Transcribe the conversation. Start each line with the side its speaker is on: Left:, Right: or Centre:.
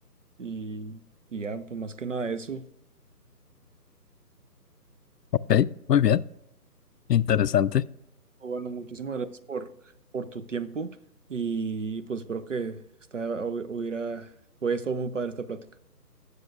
Right: y, y ya, pues más que nada eso,
Left: Ok, muy bien, interesante.
Right: bueno, muchísimas gracias por, por tu tiempo, y pues espero que esta, hubiera, hubiera estado muy padre esta plática.